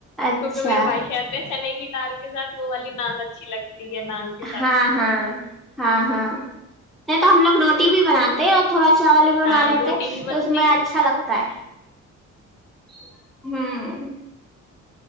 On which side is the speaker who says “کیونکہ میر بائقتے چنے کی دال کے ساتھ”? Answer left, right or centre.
Left